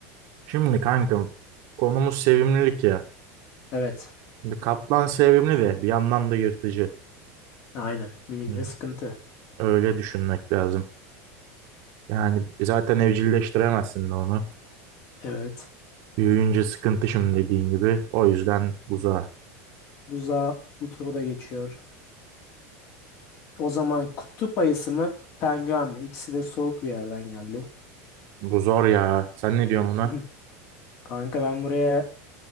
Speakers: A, on the right (about 45°); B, on the left (about 35°).
A: Şimdi kanka konumuz sevimlilik ya.
B: Evet.
A: Şimdi kaplan sevimli de bir yandan da yırtıcı.
B: Aynen. Büyüyünce
A: Hı,
B: sıkıntı.
A: Öyle düşünmek lazım. Yani zaten evcilleştiremezsin de onu.
B: Evet.
A: Büyüyünce sıkıntı şimdi dediğin gibi. O yüzden buzağa.
B: Buzağı bu turu da geçiyor. O zaman kutup ayısı mı, penguen mi? İkisi de soğuk bir yerden geldi.
A: Bu zor ya. Sen ne diyorsun buna?
B: <laughs> Kanka ben buraya